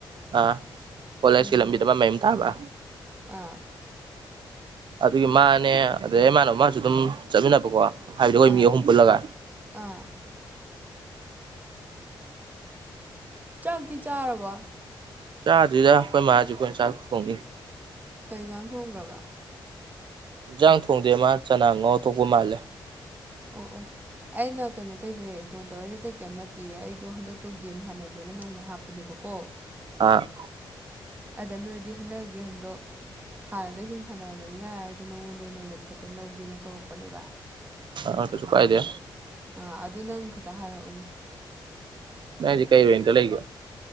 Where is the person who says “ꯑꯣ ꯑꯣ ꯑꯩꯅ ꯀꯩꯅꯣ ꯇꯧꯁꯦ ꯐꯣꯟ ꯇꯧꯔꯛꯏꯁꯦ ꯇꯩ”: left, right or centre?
Right